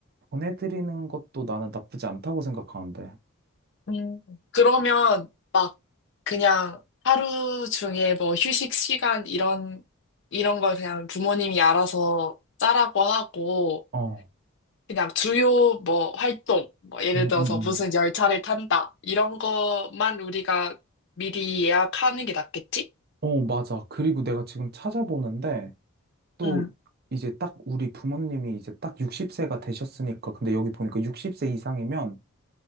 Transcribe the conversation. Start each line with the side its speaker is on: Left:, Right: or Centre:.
Right: 보내드리는 것도 나는 나쁘지 않다고 생각하는데.
Left: 음, 그러면 막 그냥 하루 중에 뭐 휴식 시간 이런, 이런 걸 그냥 부모님이 알아서 짜라고 하고
Right: 어,
Left: 그냥 주요 뭐 활동, 뭐 예를
Right: 응,
Left: 들어서
Right: 응, 응.
Left: 무슨 열차를 탄다 이런 것만 우리가 미리 예약하는 게 낫겠지?
Right: 어, 맞아. 그리고 내가 지금 찾아보는데 또
Left: 음.
Right: 이제 딱 우리 부모님이 이제 딱 60세가 되셨으니까 근데 여기 보니까 60세 이상이면